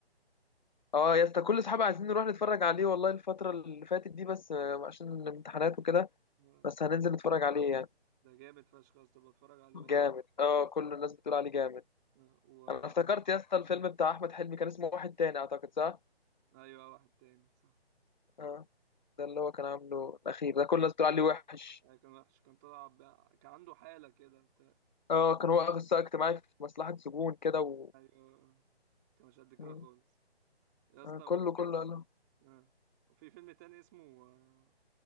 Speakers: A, on the left (about 45°); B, on the right (about 15°).
A: اه يا اسطى كل اصحابي عايزين نروح نتفرج عليه والله الفتره اللي فاتت دي بس آه، عشان الامتحانات وكده
B: آه،
A: بس هننزل نتفرج عليه يعني
B: ده جامد فشخ يا اسطى بتفرج عليه والله
A: جامد اه كل الناس بتقول عليه جامد
B: آه، وفي
A: انا افتكرت يا اسطى الفيلم بتاع احمد حلمي كان اسمه واحد تاني اعتقد صح
B: ايوه واحد تاني صح
A: اه ده اللي هو كان عامله الاخير ده كل الناس بتقول عليه وحش
B: آه، كان وحش كان طلع ب... كان عنده حالة كده بتاع
A: اه كان واقف السقا اجتماعي في مصلحة سجون كده و
B: ايوه آه، كان مش قد كده
A: مم.
B: خالص يا اسطى
A: آه
B: وال...
A: كله كله قال له.
B: آه. وفي فيلم تاني اسمه آه،